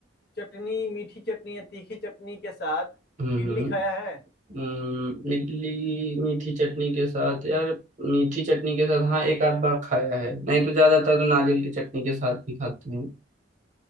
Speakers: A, on the left (about 60°); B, on the right (about 40°).
A: चटनी मीठी चटनी या तीखी चटनी के साथ
B: हम्म
A: इडली खाया है
B: हम्म, इडली मीठी चटनी के साथ यार मीठी चटनी के साथ हाँ एक आध बार खाया है नहीं तो ज्यादातर तो नारियल की चटनी के साथ ही खाते हैं